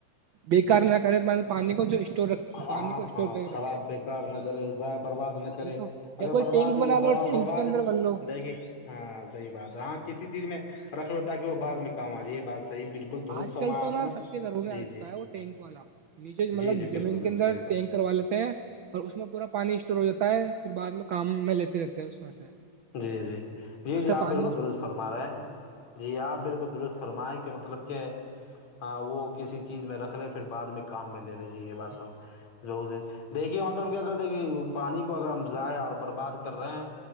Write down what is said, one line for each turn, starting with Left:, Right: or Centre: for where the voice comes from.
Right: بیکار نہ پانی کو جو اسٹور رکھ پانی
Left: ہاں
Right: کو اسٹور کر
Left: خراب
Right: رکھے
Left: بیکار نہ کرے جائ برباد نہ کرے
Right: تو
Left: اگر
Right: یا کوئی
Left: برباد
Right: ٹینک بنا لو ٹینک
Left: برباد
Right: کے اندر بن لو
Left: دیکھیے ہاں صحیح بات ہے ہ کتسی چیز میں رکھ لو تاک وہ بع میں کام آ جائے یہ بات صحیح بالکل درست
Right: آج
Left: فرمایا
Right: کل تو
Left: آپ
Right: نا
Left: نے
Right: سب کے گھروں میں
Left: جی
Right: آ
Left: جی
Right: چکا ہے وہ ٹینک والا نیچے
Left: جی
Right: مطلب
Left: جی
Right: زمین
Left: بالکل بالکل
Right: اندر
Left: صحیح بات
Right: ٹینک کروا لیتے ہیں اور اس میں پورا پانی اسٹور ہو جاتا ہے پھر بعد میں کام میں لیتے لیتے ہیں اس میں سے
Left: جی جی جی
Right: اس
Left: جی
Right: سے
Left: آپ
Right: پانی
Left: بالکل درست فرما رہے ہیں جی آپ بالکل درست فرمائیں کہ مطلب کے وہ کسی چیز میں رکھ لے پھر بع میں کام میں لے ل ج ہے ماتم
Right: جی
Left: <unintelligible> لوگ سے دیکھیے مطلب کہ اگر دیکھیے پانی کو اگر ہم ضائع اور برباد کر رہے ہیں